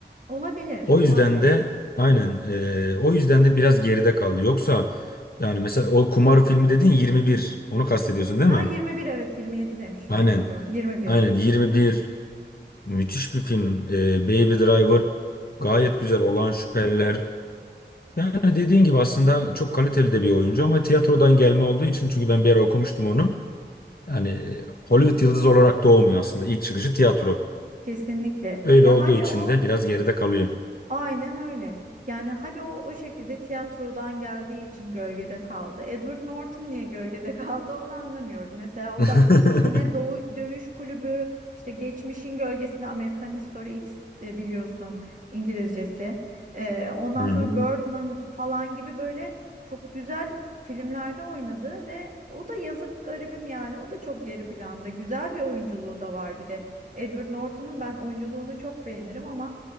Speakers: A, on the right (about 45°); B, on the left (about 55°).
A: Olabilir,
B: O
A: olabilir.
B: yüzden de aynen eee, o yüzden de biraz geride kaldı. Yoksa yani mesela o kumar filmi dedin 21. Onu kastediyorsun değil
A: Ha
B: mi?
A: 21 evet 27 demişim
B: Aynen.
A: doğru. 21
B: Aynen 21 müthiş bir film. Eee, Baby Driver gayet güzel olan şüpheliler. Yani dediğin gibi aslında çok kaliteli de bir oyuncu ama tiyatrodan gelme olduğu için çünkü ben bir ara okumuştum onu. Yani e, Hollywood yıldızı olarak doğmuyor aslında. İlk çıkışı tiyatro.
A: kesinlikle.
B: Öyle
A: Ya
B: olduğu
A: hadi
B: için
A: o
B: de biraz geride kalıyor.
A: Aynen öyle. Yani hadi o o şekilde tiyatrodan geldiği için gölgede kaldı. Edward Norton niye gölgede <laughs> kaldı onu anlamıyorum. Mesela
B: <laughs>
A: o
B: Hı
A: da yine Doğu, Dövüş Kulübü işte geçmişin gölgesinde American History X e, biliyorsun İngilizcesi. E, ondan
B: hı.
A: sonra Birdman falan gibi böyle çok güzel filmlerde oynadı ve o da yazık garibim yani o da çok geri planda. Güzel bir oyunculuğu da var bir de. Edward Norton'un ben oyunculuğunu çok beğenirim ama